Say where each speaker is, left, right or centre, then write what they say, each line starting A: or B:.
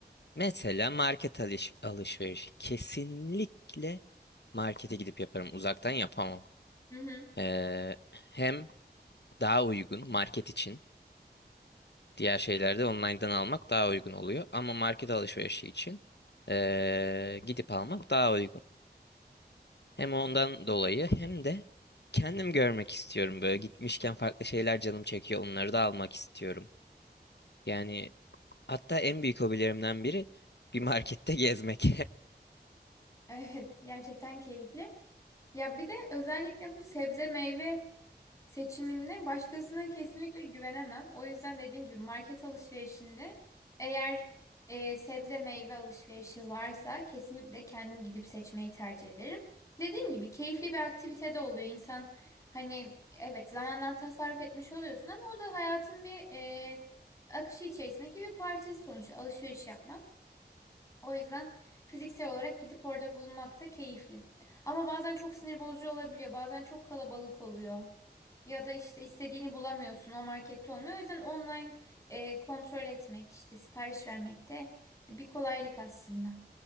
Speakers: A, on the left; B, on the left.
A: Mesela market alış alışveriş. Kesinlikle markete gidip yaparım. Uzaktan yapamam.
B: Hı hı.
A: Ee, hem daha uygun market için. Diğer şeylerde online'dan almak daha uygun oluyor. Ama market alışverişi için ee, gidip almak daha uygun. Hem ondan dolayı hem de kendim görmek istiyorum. Böyle gitmişken farklı şeyler canım çekiyor. Onları da almak istiyorum. Yani Hatta en büyük hobilerimden biri bir markette gezmek.
B: Evet, gerçekten keyifli. Ya bir de özellikle bu sebze meyve seçiminde başkasına kesinlikle güvenemem. O yüzden dediğim gibi market alışverişinde eğer e, sebze meyve alışverişi varsa kesinlikle kendim gidip seçmeyi tercih ederim. Dediğim gibi keyifli bir aktivite de oluyor. İnsan hani evet zamandan tasarruf etmiş oluyorsun ama o da hayatın bir e, akışı içerisindeki bir parçası sonuçta alışveriş yapmak. O yüzden fiziksel olarak gidip orada bulunmak da keyifli. Ama bazen çok sinir bozucu olabiliyor. Bazen çok kalabalık oluyor. Ya da işte istediğini bulamıyorsun. O markette olmuyor. O yüzden online e, kontrol etmek, işte sipariş vermek de bir kolaylık aslında.